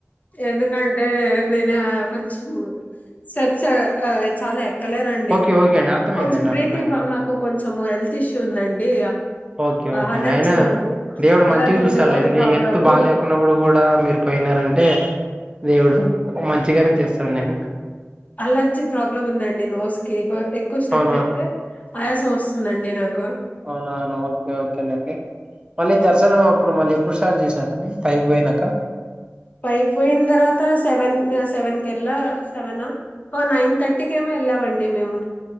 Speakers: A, on the left (about 35°); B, on the right (about 20°).
A: ఎందుకంటే నేను కొంచెం స్టెప్స్ చాలా ఎ ఎక్కలేరండి
B: ఓకే ఓకే అండి అర్థమైందండి
A: కొంచెం బ్రీతింగ్
B: అర్థమైందండి
A: నాకు కొంచెం హెల్త్ ఇష్యూ ఉందండి
B: ఓకే
A: అలర్జీ
B: అండి ఆయన
A: ఉంది
B: దేవుడు
A: అలర్జీ
B: మంచిగా చూస్తలేండి
A: ఉంది నోస్ ప్రాబ్లము
B: హెల్త్ బాగా లేకున్నప్పుడు కూడా మీరు పోయినారం టే దేవుడు మంచిగానే చేస్తాడు మీకు
A: అలర్జీ ప్రాబ్లం ఉందండి నోస్ కి కొ ఎక్కువ స్టెప్స్
B: అవునవును
A: ఎక్తే ఆయాసం వస్తుందండి నాకు
B: అవునా అవునా ఓకే ఓకేలేండి మళ్ళీ దర్శనం అప్పుడు మళ్ళీ ఎప్పుడు స్టార్ట్ చేశారండి పైకి పోయినాక
A: పైకి పోయిన తర్వాత సెవెన్ సెవెన్ కెళ్లా సెవెనా ఆ నైన్ థర్టీకి ఏమో వెళ్ళామండి మేము